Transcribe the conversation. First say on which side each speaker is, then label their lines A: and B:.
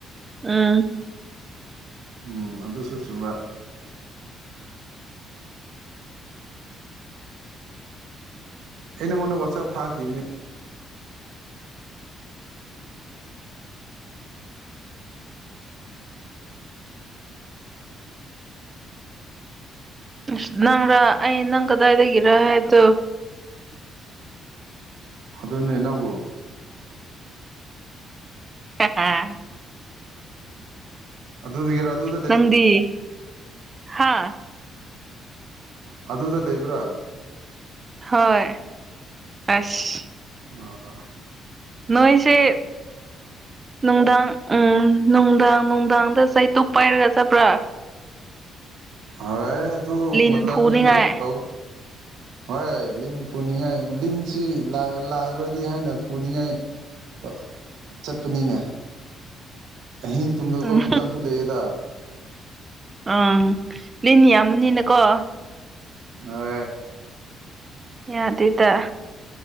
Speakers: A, on the right; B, on the right.
A: ꯎꯝ
B: ꯎꯝ ꯑꯗꯨꯁꯨ ꯆꯨꯝꯕ ꯑꯩ ꯅꯪꯉꯣꯟꯗ ꯋꯥꯆꯞ ꯊꯥꯈꯤꯕꯅꯦ
A: ꯑꯁ ꯅꯪꯔ ꯑꯩ ꯅꯪ ꯀꯗꯥꯏꯗꯒꯤꯔ ꯍꯥꯏꯕꯗꯣ
B: ꯑꯗꯨꯅꯦ ꯅꯪꯕꯣ
A: ꯍꯥ
B: ꯑꯗꯨꯗꯨꯒꯤꯔ ꯑꯗꯨ
A: ꯅꯪꯗꯤ ꯍꯥ
B: ꯑꯗꯨꯗ ꯂꯩꯕ꯭ꯔꯥ
A: ꯍꯣꯏ ꯑꯁ
B: ꯑꯣ
A: ꯅꯣꯏꯁꯦ ꯅꯨꯡꯗꯥꯡ ꯎꯝ ꯅꯨꯡꯗꯥꯡ ꯅꯨꯡꯗꯥꯡꯗ ꯆꯩꯇꯨꯄ ꯄꯥꯏꯔꯒ ꯆꯠꯄ꯭ꯔꯥ
B: ꯍꯣꯏ ꯑꯗꯨ
A: ꯂꯤꯟ
B: ꯃꯇꯝꯅꯤꯅ
A: ꯐꯨꯅꯤꯡꯉꯥꯏ
B: ꯇꯧ ꯍꯣꯏ ꯂꯤꯟ ꯐꯨꯅꯤꯡꯉꯥꯏ ꯂꯤꯟꯁꯤ ꯂꯥꯛ ꯂꯥꯛꯂꯥꯗꯤ ꯍꯥꯏꯅ ꯐꯨꯅꯤꯡꯉꯥꯏ ꯇꯣ ꯆꯠꯄꯅꯤꯅꯦ ꯑꯍꯤꯡ ꯇꯨꯝꯗꯕ
A: ꯎꯝ
B: ꯃꯇꯝꯁꯨ ꯂꯩꯌꯦꯗ
A: ꯑꯪ ꯂꯤꯅꯟ ꯌꯥꯝꯕꯅꯤꯅꯥꯀꯣ
B: ꯑꯥꯌꯦ
A: ꯌꯥꯗꯦꯗꯥ